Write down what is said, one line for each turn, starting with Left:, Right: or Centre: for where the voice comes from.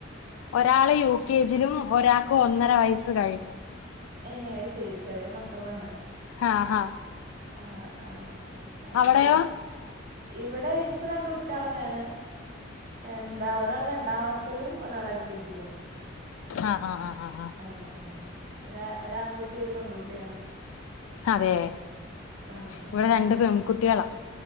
Left: ഒരാള് യു കെജിലും ഒരാക്ക് ഒന്നര വയസ്സ് കഴിഞ്ഞു
Right: ഏ ഐശരി ചെറിയ മക്കളാണ്
Left: ഹാ ഹാ
Right: ആ ആ ഐശരി
Left: അവിടെയോ
Right: ഇവിടെ എനിക് രണ്ട് കുട്ടയേയേള ന്നേണ് എന്താ ഒരാൾ രണ്ടാം ക്ലാസ്സിലും ഒരാൾ എൽ കെ ജിലും
Left: ആ ആ ആ ആ ആ
Right: ആ ആ ഒരാ ഒരാൺകുട്ടി ഒരു പെൺകുട്ടിയാണ്
Left: അതെ
Right: ആഹ് ആഹ്
Left: ഇവിടെ രണ്ട് പെൺകുട്യളാ